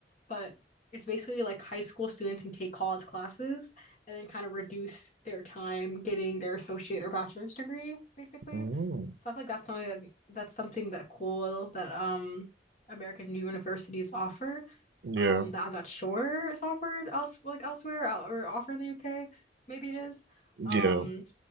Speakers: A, on the left; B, on the right.
A: but it's basically like high school students can take college classes and then kind of reduce their time getting their associate or bachelor's degree, basically.
B: mm,
A: So I feel like that's something that that's something that cool that um American universities offer.
B: yeah.
A: Um, that I'm not sure is offered else like elsewhere uh, or offered in the UK. Maybe it is.
B: Yeah.
A: Um,